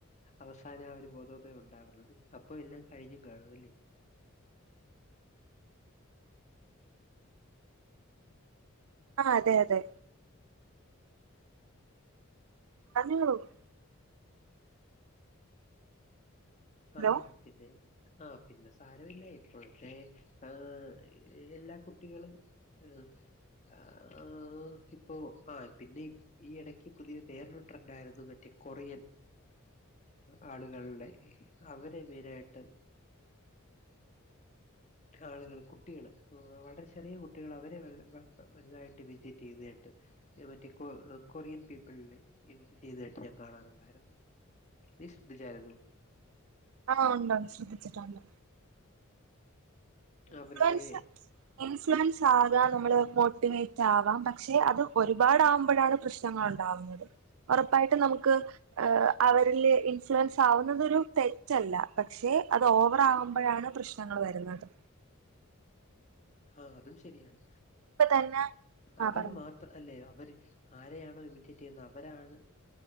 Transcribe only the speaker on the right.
ആ അതെ അതെ <inaudible> ഹലോ
ആഹ ഉണ്ട് ശ്രദ്ധിച്ചിട്ടുണ്ട് ഇൻഫ്ലുവൻസ്
ഇൻഫ്ലുവൻസ് ആക നമ്മള് മോട്ടിവേറ്റ് ആവാം പക്ഷെ അത് ഒരുപാടാകുമ്പോഴാണ് പ്രശ്ന ങ്ങളുണ്ടാവുന്നത് ഉറപ്പായിട്ട് നമുക്ക് അവരില് ഇൻഫ്ലുവൻസ് ആവുന്നതൊരു തെറ്റല്ല പക്ഷെ അത് ഓവറ ആകു മ്പോഴാണ് പ്രശ്നങ്ങൾ വരുന്നത്
ഇപ്പൊ തന്നെ ആ
പറഞ്ഞു